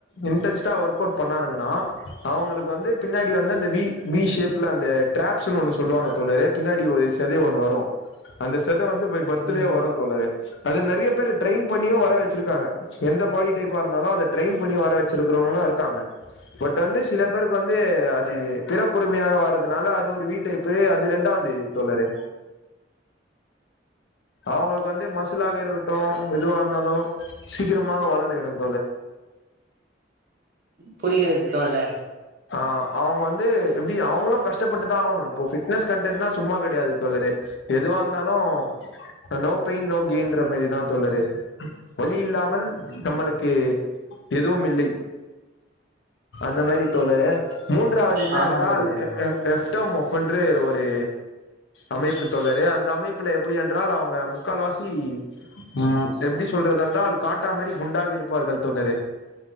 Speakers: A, on the left (about 70°); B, on the right (about 50°).
A: இன்ட்ரெஸ்டா ஒர்க் அவுட் பண்ணானுங்கன்னா அவங்களுக்கு வந்து பின்னாடி வந்து அந்த வி வி ஷேப்ல அந்த ட்ராப்ஸ்னு ஒண்ணு சொல்லுவாங்க தோழரே பின்னாடி <unintelligible> <unintelligible> ஒன்னு வரும் அந்த <unintelligible> லா வந்து பெய் பர்தலே
B: ம்
A: வரும் தோலரே அது நிறைய பேரு ட்ரெயின் பண்ணியும் வர வச்சிருக்காங்க எந்த பாடி டைப்பா இருந்தாலும் அத ட்ரெயின் பண்ணி வர வச்சிருக்கிறவங்களும் இருக்காங்க பட் வந்து சில பேருக்கு வந்து து அது பிறப்புரிமையாக வரதுனால அது ஒரு வீட்டைப்பு அது இரண்டாவது தழர் அவங்களுக்கு வந்து மசலாக இருக்கட்டும் எதுவாக இருந்தாலும் சீக்கிரமாக வளர்ந்து தேடல்
B: புரிகிறது தோழரே
A: அ அவங்க வந்து தீ அவங்களு கஷ்டட்டுதான் ஆவணும் பிட்னெஸ் கண்டெட்னா சும்மா கடையாது தோழரே எதுவா இருந்தாலும் நோ பைன் நோ கெய்ன்ற மாரிதான் தோழரே ஒலி இல்லாமல் நம்மளுக்கு எதுவும் இல்லை அந்த மாதிரி தோழற மூன்றாவது என்ன
B: ஆமாம்
A: என்னன்றால்
B: தோழரே
A: எஃப் எஃப் ப் என்று ஒரு அமைப்பு தொரு அந்த அமைப்புல எப்படி என்றால் அவங்க முக்கால் வாாசி உ எப்படி சொல்றதுன்றால் காட்டா மாதிரி குண்டாகி இருப்பார்கள் தொணரு